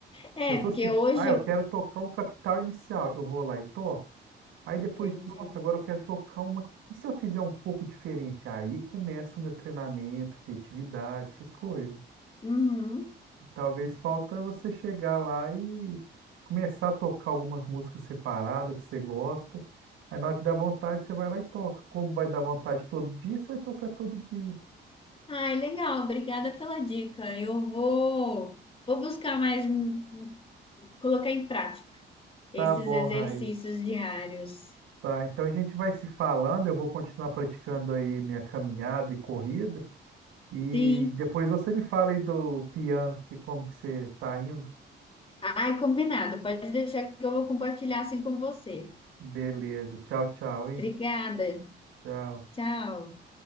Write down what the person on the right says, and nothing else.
Se eu sou
assim,
ah, eu quero tocar um capital inicial, eu vou lá e toco. Aí depois,
nossa, agora eu quero tocar uma. E se eu fizer um pouco diferente? Aí começa o meu treinamento, criatividade, essas coisas.
Talvez falta você chegar lá e começar a tocar algumas músicas separadas que você gosta. Aí na hora que dá vontade, você vai lá e toca. Como vai dar vontade todo dia, você vai tocar todo dia.
Tá bom,
Raiz.
Tá, então a gente vai se falando, eu vou continuar praticando aí minha caminhada e corrida. E
depois você me fala aí do piano, que como que você tá indo.
Beleza. Tchau, tchau, hein?
Tchau.